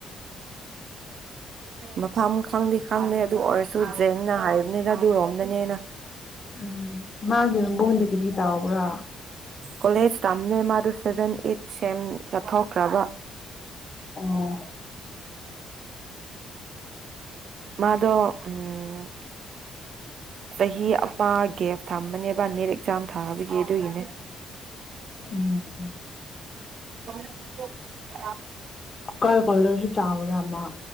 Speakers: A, on the right; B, on the left.
A: ꯃꯐꯝ ꯈꯪꯗꯤ ꯈꯪꯗꯦ ꯑꯗꯨ ꯑꯣꯏꯔꯁꯨ ꯖꯦꯡꯅ ꯍꯥꯏꯕꯅꯤꯗ ꯑꯗꯨꯔꯣꯝꯗꯅꯦꯅ꯫
B: ꯎꯝ ꯃꯥꯒꯤ ꯃꯕꯨꯡꯗꯤ ꯀꯔꯤ ꯇꯥꯎꯕ꯭ꯔꯥ꯫
A: ꯀꯣꯂꯦꯖ ꯇꯝꯅꯦ ꯃꯥꯗ ꯁꯦꯚꯦꯟ ꯑꯩꯠ ꯁꯦꯝ ꯆꯠꯊꯣꯛꯈ꯭ꯔꯕ꯫
B: ꯑꯣ
A: <unintelligible> ꯃꯥꯗꯣ ꯎꯝ ꯆꯍꯤ ꯑꯃꯥ ꯒꯦꯞ ꯊꯝꯕꯅꯦꯕ ꯅꯦꯠ ꯑꯦꯛꯖꯥꯝ ꯊꯥꯕꯒꯤ ꯑꯗꯨꯒꯤꯅꯦ꯫
B: ꯎꯝ ꯎꯝ
A: <unintelligible> <unintelligible>
B: ꯀ <unintelligible>